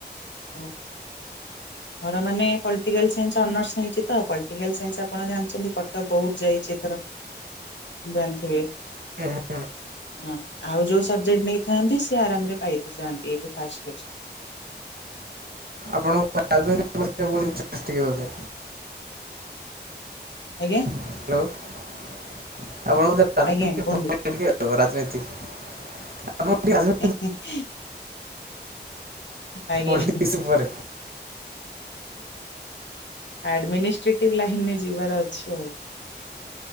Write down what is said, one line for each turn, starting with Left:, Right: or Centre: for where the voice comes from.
Left: ହଁ। ମୋର ମାନେ ପଲ୍ଟିକାଲ୍ ସାଇନ୍ସ୍ ଅନର୍ସ ନେଇଚି ତ ପଲ୍ଟିକାଲ୍ ସାଇନ୍ସ୍ ଆପଣ ଜାଣିଚନ୍ତି କଟକ ବହୁତ୍ ଯାଇଚି ଏଥର। ଜାଣିଥିବେ।
Right: ହୁଁ।
Left: ହଁ ଆଉ ଯଉ ସବଜେକ୍ଟ୍ ନେଇଥାନ୍ତି ସେ ଆରାମ୍ ରେ ପାଇଥାନ୍ତି ଏବେ <unintelligible>
Right: ଆପଣ <unintelligible> ବୋଧେ।
Left: ଆଜ୍ଞା-
Right: ହାଲୋ ଆପଣ ମତେ <unintelligible>
Left: ଆଜ୍ଞା କୁହନ୍ତୁ
Right: ତମ ରାଜନୀତି। ଆପଣ <unintelligible>
Left: <inaudible> ହିଁ -ହିଁ ଆଜ୍ଞା।
Right: ପଲିଟିକ୍ସ ଉପରେ
Left: ଆଡମିନିଷ୍ଟିଟିଭ୍ ଲାଇନ୍ ରେ ଯିବାର ଅଛି ଆଉ।